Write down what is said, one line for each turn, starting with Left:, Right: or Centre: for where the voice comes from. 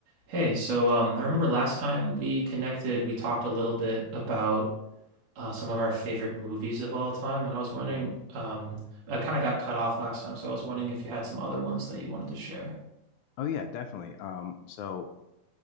Right: Hey, so um, I remember last time we connected, we talked a little bit about uh, some of our favorite movies of all time, and I was wondering,
Left: hmm
Right: um, I kind of got cut off last time, so I was wondering if you had some other ones that you wanted to share.
Left: Oh yeah, definitely. Um, so